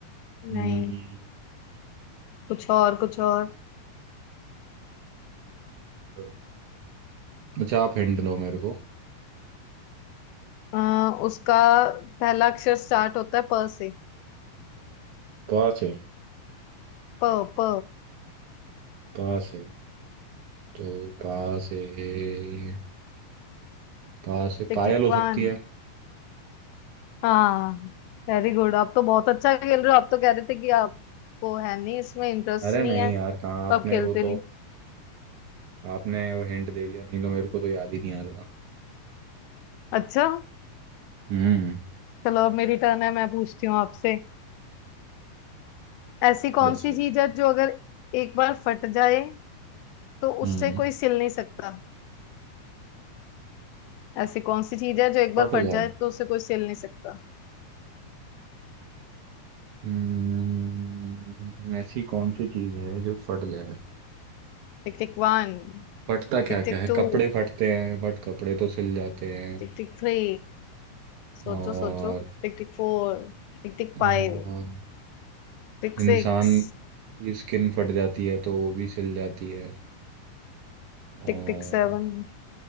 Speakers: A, on the left; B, on the right.
A: नहीं
B: हम्म,
A: कुछ और कुछ और
B: और- अच्छा आप हिंट दो मेरे को
A: आ, उसका पहला अक्षर स्टार्ट होता है प से
B: पास है
A: प प
B: पास है तो पास है पा से
A: Tick
B: पायल
A: tick
B: हो सकती
A: one
B: है
A: हाँ Very good आप तो बहुत अच्छा खेल रहे हो आप तो कह रहे थे कि आपको है नहीं इसमें इंटरेस्ट
B: अरे
A: नहीं
B: नहीं
A: है तो
B: यार कहाँ आपने
A: आप खेलते
B: वो तो
A: नहीं
B: आपने वो हिंट दे दिया नहीं तो मेरे को तो याद ही नहीं आ रहा था
A: अच्छा
B: हम्म
A: चलो अब मेरी टर्न है मैं पूछती हूँ आपसे ऐसी कौन
B: अच्छा
A: सी चीज है जो अगर एक बार फट जाए तो
B: हम्म
A: उससे कोई सिल नहीं सकता ऐसी कौन सी चीज है जो एक बार
B: फट
A: फट
B: जाए
A: जाए तो उसे कोई सिल नहीं सकता
B: हम्म ऐसी कौन सी चीज है जो फट जाए
A: Tick tick one
B: फटता क्या
A: Tick
B: क्या
A: tick
B: है
A: two
B: कपड़े फटते हैं बट कपड़े तो सिल जाते हैं
A: Tick tick three सोचो
B: और,
A: सोचो Tick tick four Tick tick
B: और
A: five Tick
B: इंसान
A: six
B: की स्किन फट जाती है तो वो भी सिल जाती है और
A: Tick tick seven